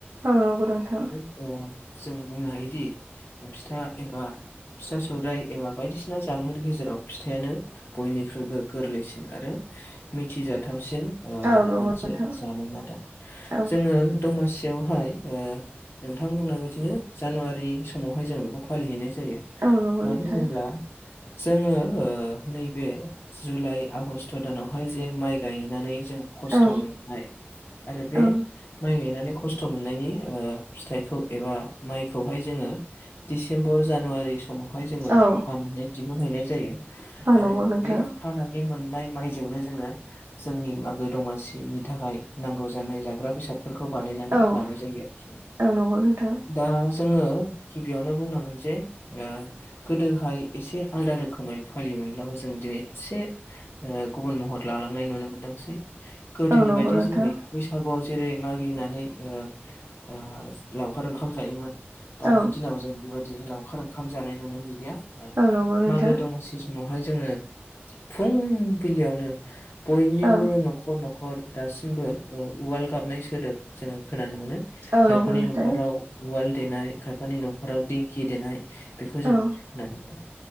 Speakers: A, on the right (about 70°); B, on the left (about 60°).
A: औ नंगौ नोंथां।
B: औ जों बुंनो हायोदि फिथा एबा फिथा सौराइ एबा बायदिसिना जामुंनि गेजेराव फिथाइानो बयनिख्रुइबो गोरलैसिन आरो मिथिजाथावसिन ओ
A: औ नंगौ
B: मोनसे
A: नोंथां
B: जामुं आरो।
A: औ
B: जोङो दमासि बेवहाय ओ नोंथां बुंनाय बायदिनो जानुवारि समावहाय जों बेखौ फालिहैनाय जायो।
A: औ नंगौ
B: मानो
A: नोंथां
B: होनोब्ला जोङो ओ नैबे जुलाइ, आगस्ट दानावहाय जे माइ गायनानै जों खस्थ'
A: औ
B: मोननाय आरो बे
A: औ
B: माइ गायनानै खस्थ' मोननायनि ओ फिथाइखौ एबा माइखौहाय जोङो दिडिसेम्बर जानुवारि समावहाय जोङो
A: औ
B: हानानै दिहुन हैैनाय जायो
A: औ
B: आरो
A: नंगौ नोंथां
B: बे हानानै मोननाय माइजोंनो जोङो जोंनि मागो दमासिनि थाखाय नांगौ जानाय जाग्रा बेसाद फोरखौ बानायनानै
A: औ
B: लानाय जायो आरोखि।
A: औ नंगौ नोंथां
B: दा जोङो गिबियावनो बुंनांगोन जे ओ गोदो हाय एसे आललादा रोखोमै फालियोमोनब्लाबो जों दिनै एसे गुबुन महर लालांनाय नुनो मोनदोंसै। गोदोनि
A: औ नंगौ
B: बायदि
A: नोंथां
B: जेरै- बैसागुआव जेरै मागिनानै ओ ओ लावखार ओंखाम जायोमोन। दानि
A: औ
B: दिनाव जों बेबायदिनो लावखार ओंखाम जानाय नुनो मोनलिया। ओं
A: औ नंगौ नोंथां
B: मागो दमासि समावहाय जोङो फुंबिलियावनो बयनिबो
A: औ
B: न'खर न'खर न'खर दासिमबो उवाल गाबनाय सोदोब जोङो खोनानो मोनो।
A: औ
B: खायफानि
A: नंगौ नोंथां
B: न'खराव उवाल देनाय खायफानि न'खराव दिंखि देनाय बेखौ जों
A: औ
B: होननानै मोनो।